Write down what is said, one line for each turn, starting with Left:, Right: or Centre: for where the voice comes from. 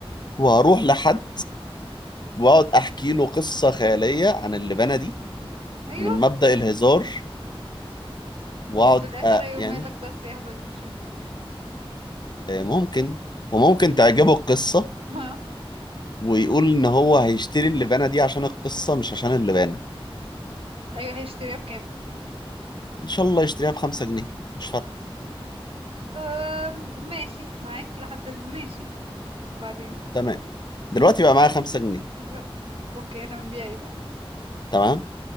Left: واروح لحد واقعد احكي له قصه خياليه عن اللبنه دي
Right: ايوه
Left: من مبدأ الهزار واقعد
Right: وفي الاخر
Left: أ-
Right: ايوه
Left: يعني
Right: مالك بس يا هبل امشي من هنا
Left: آه، ممكن وممكن تعجبه القصه
Right: <laughs> ها
Left: ويقول ان هو هيشتري اللبانه دي عشان القصه مش عشان اللبانه
Right: ايوه هيشتريها بكام
Left: ان شاء الله يشتريها بخمسة جنيه مش فارقه
Right: أم، ماشي معاك لحد ماشي وبعدين
Left: تمام دلوقتي بقى معايا خمسة جنيه
Right: أم، اوكي هتعمل بيها ايه بقى
Left: تمام